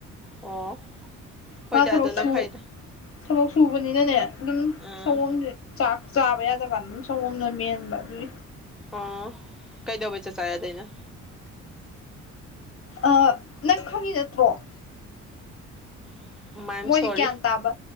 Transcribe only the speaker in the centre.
ꯑꯣ ꯍꯣꯏꯗ
ꯑꯗꯨꯅ
ꯐꯩꯗ
ꯑꯥ
ꯑ ꯀꯩꯗꯧꯕꯩ ꯆꯥꯛ ꯆꯥ ꯌꯥꯗꯩꯅꯣ ꯫
<inaudible>
ꯁꯣꯔꯤ